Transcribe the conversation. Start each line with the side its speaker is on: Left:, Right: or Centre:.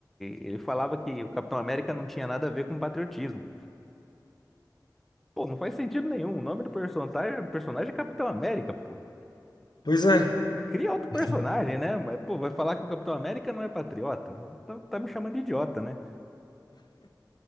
Centre: ele falava que o Capitão América não tinha nada a ver com patriotismo. Pô, não faz sentido nenhum. O nome do personagem, personagem é Capitão América, pô.
Left: Pois é.
Centre: É, cria outro personagem,
Left: <laughs>
Centre: né? Mas, pô, vai falar que o Capitão América não é patriota? Tá, tá me chamando de idiota, né?